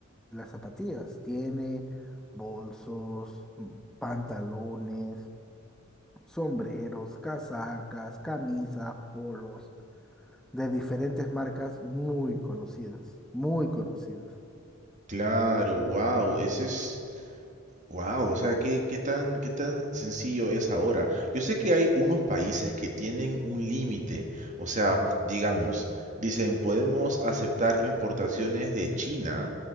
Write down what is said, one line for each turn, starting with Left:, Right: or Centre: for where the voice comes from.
Centre: las zapatillas, tiene bolsos, m- pantalones. sombreros, casacas, camisas, polos de diferentes marcas muy conocidas, muy conocidas
Right: Claro, wow. Ese es. Wow. O sea, ¿qué, qué tan, qué tan sencillo es ahora? Yo sé que hay unos países que tienen un límite. O sea, digamos, dicen, podemos aceptar importaciones de China